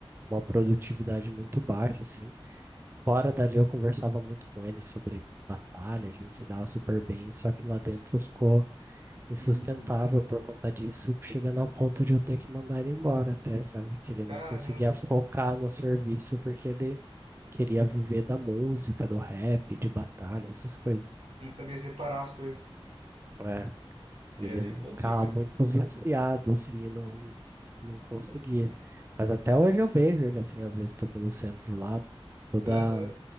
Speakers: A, on the right (about 25°); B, on the right (about 75°).
A: uma produtividade muito baixa, assim. Fora dali eu conversava muito com ele sobre batalha, a gente se dava super bem, só que lá dentro ficou insustentável
B: Uhum.
A: por conta disso, chegando ao ponto de eu ter que mandar ele embora até, sabe? Que ele
B: Caramba,
A: não conseguia focar
B: cara.
A: no serviço porque ele queria viver da música, do rap, de batalha, essas coisas.
B: Não sabia separar as coisas.
A: É,
B: É,
A: e ele
B: daí complica.
A: ficava muito viciado, assim, não, não conseguia. Mas até hoje eu vejo ele, assim, às vezes estou pelo centro lá, toda,
B: Aham,